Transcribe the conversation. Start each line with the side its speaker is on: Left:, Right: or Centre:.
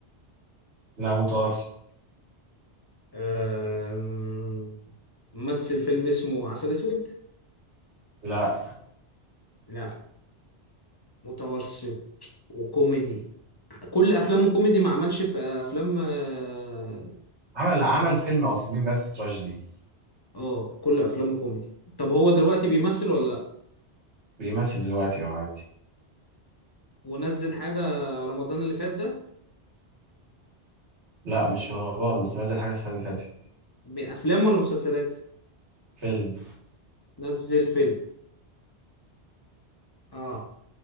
Right: لا متوسط
Left: آه ممثل فيلم اسمه عسل اسود
Right: لا
Left: لا متوسط وكوميدي كل افلامه كوميدي ما عملش في افلام اه
Right: عمل عمل فيلم او فيلمين بس تراجيدي
Left: آه، كل افلامه كوميدي طب هو دلوقتي بيمثل ولا لا
Right: بيمثل دلوقتي اه عادي
Left: ونزل حاجة رمضان اللي فات ده
Right: لا مش في رمضان بس نازل حاجه السنه اللي فاتت
Left: بافلام ولا مسلسلات
Right: فيلم
Left: نزل فيلم اه